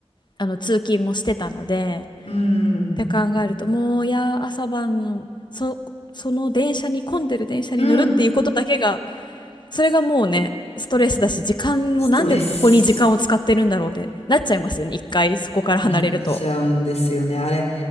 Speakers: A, on the left; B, on the left.
A: あの通勤もしてたので、
B: うん。
A: って考えると、もういや、朝晩のそ、その電車に混んでる電車に乗るっていうことだけが、
B: うん。
A: それがもうね、ストレスだし、時間もなんでここに時間を使ってるんだろうってなっちゃいますよね。
B: ストレス
A: 一回そこから離れると。
B: になっちゃうんですよね。あれ、